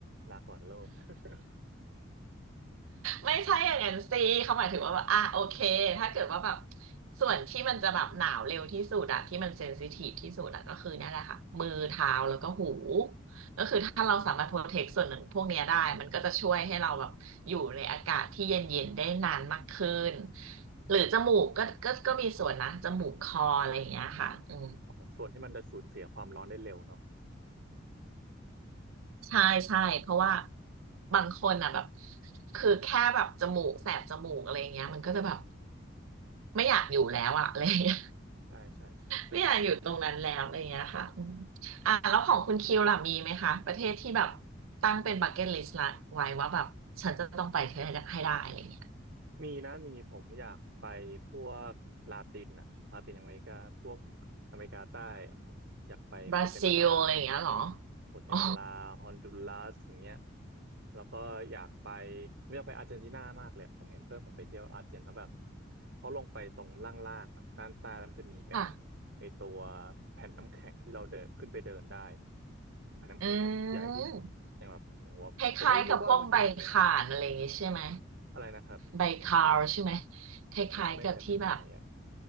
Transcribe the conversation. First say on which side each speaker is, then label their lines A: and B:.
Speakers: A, on the right; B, on the right.
A: ลาก่อนโลก <laughs>
B: ไม่ใช่อย่างนั้นสิเขาหมายถึงว่าแบบอ่ะโอเคถ้าเกิดว่าแบบส่วนที่มันจะแบบหนาวเร็วที่สุดอะที่มันเซนซิทีฟที่สุดอะก็คือเนี่ยแหละค่ะมือเท้าแล้วก็หูก็คือถ้าเราสามารถโปรเทคส่วนหนึ่งพวกเนี้ยได้มันก็จะช่วยให้เราแบบอยู่ในอากาศที่เย็นๆได้นานมากขึ้น
A: อืม
B: หรือจมูกก็ก็ก็มีส่วนนะจมูกคออะไรอย่างเงี้ยค่ะอืม
A: อ๋อส่วนที่มันจะสูญเสียความร้อนได้เร็วเนาะ
B: ใช่ใช่เพราะว่าบางคนอ่ะแบบคือแค่แบบจมูกแสบจมูกอะไรอย่างเงี้ยมันก็จะแบบไม่อยากอยู่แล้วอ่ะอะไรอย่างเงี้ย
A: ใช่ ใช่ ใช่ใช่ใช่
B: ไม่อยากอยู่ตรงนั้นแล้วอะไรอย่างเงี้ยค่ะอืมอ่าแล้วของคุณคิวล่ะมีไหมคะประเทศที่แบบตั้งเป็นบักเก็ตลิสต์ละไว้ว่าแบบฉันจะต้องไปให้ได้ให้ได้อะไรอย่างเงี้ย
A: มีนะมีผมอยากไปพวกลาตินอ่ะลาตินอเมริกาพวกอเมริกาใต้อะผมอยากไปโกเตมาลา
B: บราซิลอะไรอย่างเงี้ยเหรอ
A: โกเตมาลาฮอนดูรัสอย่างเงี้ย
B: อ๋อ
A: แล้วก็อยากไปผมอยากไปอาร์เจนตินามากเลยอะผมเห็นเพื่อนผมไปเที่ยวอาร์เจนแล้วแบบเขาลงไปตรงล่างๆอ่ะด้านใต้แล้วมันจะมีเป็น
B: ค่ะ
A: ไอตัวแผ่นน้ำแข็งที่เราเดินขึ้นไปเดินได้แผ่นน้ำแข็งแบบใหญ่ที่สุดในแบบผมบอกว่าผมไม่นึกว่ามันจะมีนะ
B: อืมคล้ายๆกับพวกใบข่านอะไรอย่างงี้ใช่ไหม
A: อะไรนะครับ
B: ใบคาวใช่ไหมคล้ายๆกับที่แบบ
A: ผมก็ไม่จำอยู่ตรงไหนอ่ะ